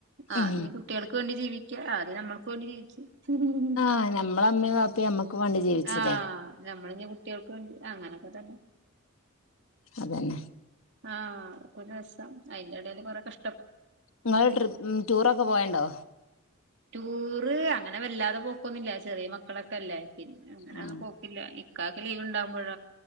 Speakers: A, on the right; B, on the left.
A: ആഹ്
B: ഉം
A: ഇനി കുട്ടികൾക്ക് ജീവിക്ക ആദ്യം നമ്മൾക്ക് വേണ്ടി ജീവിച്ചു <unintelligible>
B: ആഹ് നമ്മളെ അമ്മയും വാപ്പയും നമ്മക്ക് വേണ്ടി ജീവിച്ചില്ലേ
A: ആഹ് ഞമ്മൾ ഇനി കു കുട്ടികൾക്ക് വേണ്ടി അങ്ങനൊക്കെ തന്നേ
B: അതന്നെ
A: ആഹ് ഒരു രസം അയിന്റെ എടൽ കുറെ പ്രശ്നം
B: ങ്ങള് ട്രി ടൂറൊക്കെ പോയണ്ടോ
A: ടൂർ അങ്ങനെ വല്ലാതെ പോക്കൊന്നില്ല ചെറിയ മക്കളൊക്കെ അല്ലേ പിന്ന അങ്ങന
B: ആ
A: ഒന്നും പോക്കില്ല ഇക്കാക്ക് ലീവ്ണ്ടാകുമ്പോഴ